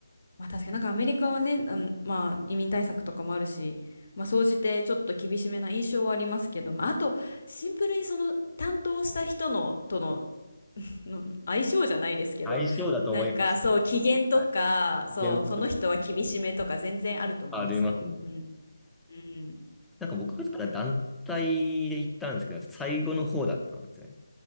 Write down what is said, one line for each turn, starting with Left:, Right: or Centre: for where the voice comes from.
Left: まあ確かになんかアメリカはね、あの、まあ移民対策とかもあるし、まあ総じてちょっと厳しめな印象はありますけど、まああとシンプルにその担当した人のとの、<laughs> の相性じゃないですけど、
Centre: 相性だと思います。
Left: なんかそう機嫌とか、
Centre: はい。
Left: そうその人は厳しめとか全然あると思いますよ。
Centre: 全然ありますね。
Left: うん。うん。
Centre: なんか僕がから団体で行ったんですけど、最後の方だったんですね。